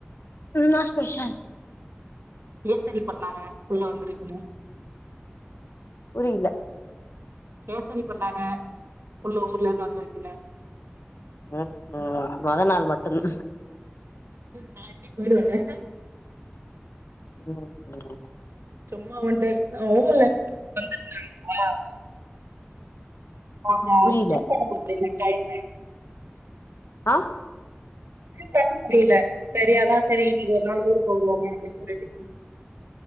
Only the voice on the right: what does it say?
என்னடி பண்ணாங்க புள்ள வந்திருக்குன்னு
கேசரி பண்ணாங்க புள்ள ஊர்ல இருந்து வந்திருக்குன்னு
நா இன்னைக்கு போய்டுவே
சும்மா ஒண்டே ஊர்ல இருந்து வந்துருந்தாங்களா <unintelligible>
என் <inaudible> புரியல சரி அதா சரி இன்னைக்கு ஒரு நாள் ஊர் போவோமே அப்டின் சொல்லிட்டு